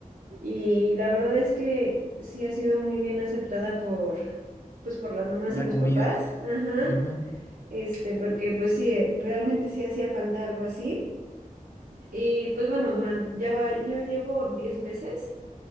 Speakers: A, on the right (about 85°); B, on the left (about 20°).
A: Y la verdad es que sí ha sido muy bien aceptada por, pues por las mamás
B: La
A: y los
B: comida.
A: papás. Ajá.
B: Ujú,
A: Este, porque pues sí, eh, realmente sí hacía falta algo así. Y pues bueno, durante, ya va, ya llevo 10 meses.